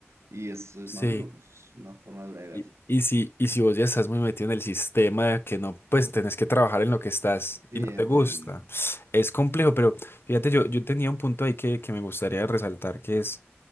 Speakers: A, on the right; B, on the left.
A: y eso es
B: sí.
A: más duro, eso es una forma dura de verlo.
B: Y, y si, y si vos ya estás muy metido en el sistema de que no, pues tenés que trabajar en lo que estás
A: Sí,
B: y no
A: entiendo.
B: te gusta. Es complejo, pero fíjate, yo, yo tenía un punto ahí que, que me gustaría resaltar, que es,